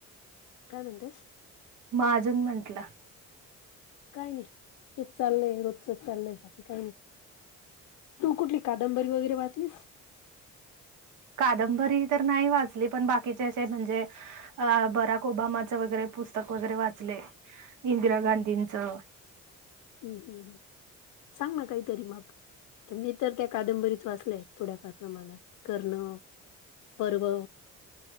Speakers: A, on the left; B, on the right.
A: काय म्हणतेस
B: म अजून म्हटलं
A: काय नाही हे चाललंय रोजच चाललय बाकी काही नाही. तू कुठली कादंबरी वगैरे वाचलीस
B: कादंबरी तर नाही वाजली पण बाकीचे असे म्हणजे अ बराक ओबामाचं वगैरे पुस्तक वगैरे वाचले इंदिरा गांधींचं
A: हम् हम् सांग ना काहीतरी मग मी तर त्या कादंबरीच वाचलेय थोड्याफार प्रमाणात करणं पर्व